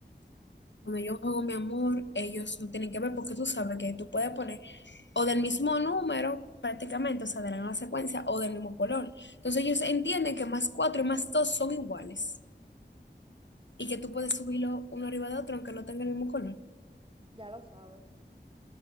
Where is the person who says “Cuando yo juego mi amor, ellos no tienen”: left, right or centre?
Left